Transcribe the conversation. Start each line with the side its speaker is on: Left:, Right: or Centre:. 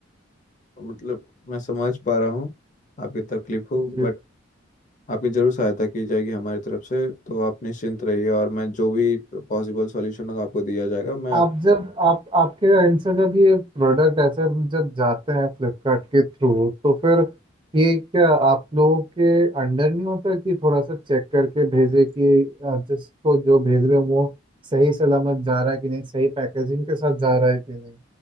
Left: मतलब मैं समझ पा रहा हूँ आपकी तकलीफ हो
Right: जी
Left: बट आपकी जरूर सहायता की जाएगी हमारी तरफ से तो आप निश्चिंत रहिए और मैं जो भी पॉसिबल सॉल्यूशन होगा आपको दिया जाएगा मैं
Right: आप
Left: आप
Right: जब आप आपके एंड से जब ये प्रोडक्ट ऐसे जब जाते हैं फ्लिपकार्ट के थ्रू तो फिर ये क्या आप लोगों के अंडर नहीं होता कि थोड़ा सा चेक करके भेजे कि अ, जिसको जो भेज रहे हो वो सही सलामत जा रहा है कि नहीं सही पैकेजिंग के साथ जा रहा है कि नहीं